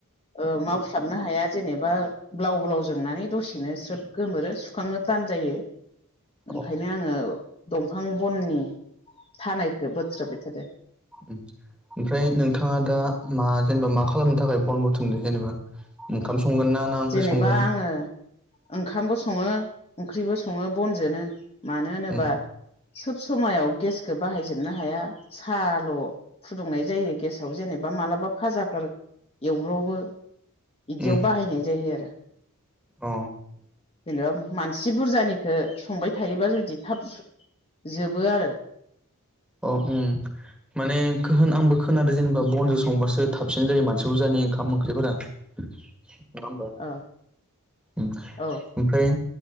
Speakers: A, on the left; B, in the centre.
A: ओ मावस्लाबनो हाया जेनेबा ब्लाव ब्लाव जोंनानै दसेनो स्रोब गोमोरो सुखांनो तान जायो। ओंखायनो
B: अ
A: आङो दंफां बननि थानायखौ बोथ्रोबाय थादो।
B: ओम ओमफ्राय नोंथाङा दा मा जेनेबा मा खालामनो थाखाय बन बुथुमदो जेनेबा? ओंखाम संगोन ना ना ओंख्रि
A: जेनेबा
B: संगोन?
A: आङो ओंखामबो सङो ओंख्रिबो सङो बनजोनो मानो होनोबा
B: उम
A: सोब समायाव गेसखौ बाहायजोबनो हाया साल' फुदुंनाय जायो गेसाव जेनेबा मालाबा फाजाफोर एवब्र'बो इदियाव
B: उम
A: बाहायनाय जायो आरो।
B: अ
A: जेनेबा मानसि बुरजानिखो संबाय थायोबा जुदि थाब जोबो आरो।
B: औ ओम माने खोहोन आंबो खोनादों जेनेबा बनजों संबासो थाबसिन जायो मानसि बुरजानि ओंखाम ओंख्रिफोरा नङा होमबा
A: अ
B: ओम
A: औ
B: ओमफ्राय